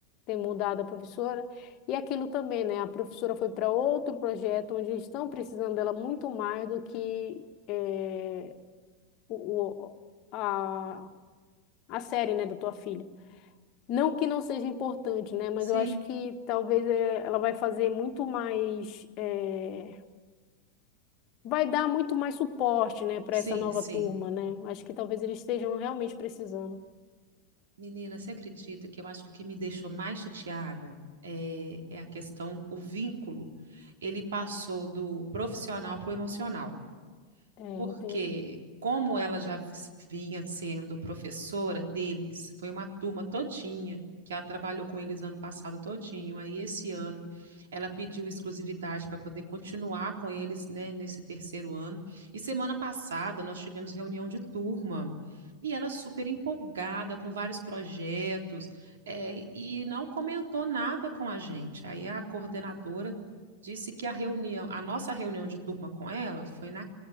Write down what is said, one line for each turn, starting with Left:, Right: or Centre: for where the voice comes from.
Left: ter mudado a professora. E aquilo também, né, a professora foi para outro projeto onde eles estão precisando dela muito mais do que eh, o, o- a, a série, né, da tua filha. Não que não seja importante, né, mas
Right: sim,
Left: eu acho que talvez eh, ela vai fazer muito mais. eh, vai dar muito mais suporte, né, para
Right: sim,
Left: essa nova
Right: sim.
Left: turma, né? Acho que talvez eles estejam realmente precisando.
Right: Menina, você acredita que eu acho que o que me deixou mais chateada é, é a questão, o vínculo, ele passou do profissional para o emocional.
Left: É, entendo.
Right: porque como ela já vinha sendo professora deles, foi uma turma todinha que ela trabalhou com eles ano passado todinho. Aí esse ano ela pediu exclusividade para poder continuar com eles, né, nesse terceiro ano. E semana passada nós tivemos reunião de turma. E ela super empolgada com vários projetos, é, e não comentou nada com a gente. Aí a coordenadora disse que a reunião, a nossa reunião de turma com ela foi na